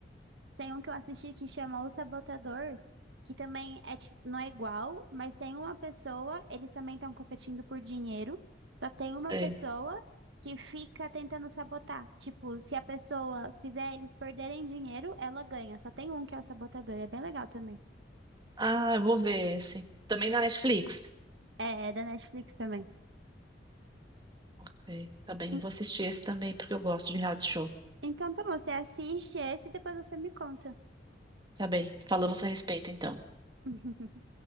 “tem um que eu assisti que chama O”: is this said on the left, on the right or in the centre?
Right